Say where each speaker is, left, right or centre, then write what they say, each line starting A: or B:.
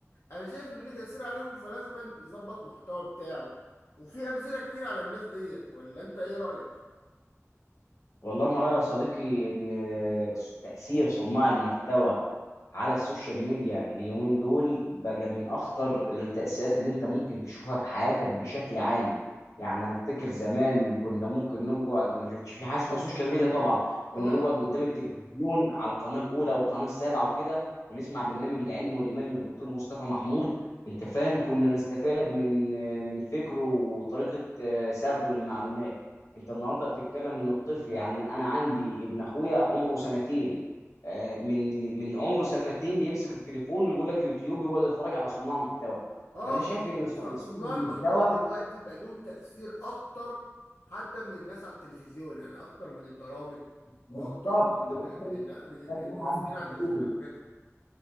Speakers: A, on the left; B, on the left.
A: أنا شايف إنه ليه تأثير عليهم فلازما يظبط محتوى بتاعه وفي أمثلة كتير على الناس ديت ولا أنت إيه رأيك؟
B: والله انا رايي يا صديقي ان تاثير صناع المحتوى على السوشيال ميديا اليومين دول بقى من اخطر التأثيرات اللي انت ممكن تشوفها في حياتك بشكل عام يعني انا افتكر زمان كنا ممكن نقعد ما كانش في حاجه اسمها سوشيال ميديا طبعا كنا
A: آه
B: نقعد قدام التلفزيون على القناه الاولى والقناه السابعه وكده ونسمع برنامج العلم والايمان للدكتور مصطفى محمود انت فاهم كنا نستفاد من من فكره وطريقه آه، سرده للمعلومات انت النهارده بتتكلم ان الطفل يعني انا أنا عندي ابن اخويا عمره سنتين آه، من من عمره سنتين بيمسك التليفون ويقول لك يوتيوب ويقعد يتفرج على صناع محتوى
A: اه
B: فانا شايف
A: ف-
B: ان
A: ف-
B: ص- إن
A: صناع
B: صناع المحتوى
A: المحتوى دلوقتي بقى لهم تأثير اكتر حتى من الناس على التلفزيون يعني اكتر من البرامج واكتر
B: بالظبط
A: من ال
B: وده
A: من النا- من
B: اللي
A: من الممثلين
B: أنا عايز
A: على
B: أقوله.
A: التلفزيونات وكده